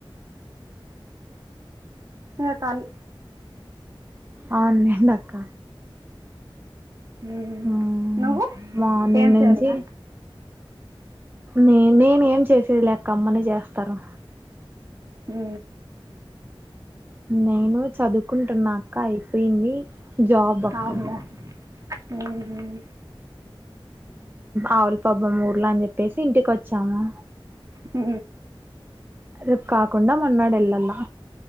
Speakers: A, on the right; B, on the right.
A: సరే కానీ
B: అవును లేన్నక్క
A: ఉమ్.
B: ఆ
A: నువ్వు
B: మార్నింగ్
A: ఏం
B: నుంచి
A: చేయాలా
B: నేనే నే ఏం చేసేది లేఅక్క అమ్మనే చేస్తరు
A: హు
B: నేను చదువుకుంటున్నాక్క అయిపోయింది జాబ్ బక్కా
A: అవునులే ఉమ్.
B: ఆవులు పాపం ఊర్లో అని చెప్పేసి ఇంటికి వచ్చాము
A: ఉ
B: రేపు కాకుండా మన్నాడు ఎళ్లాలా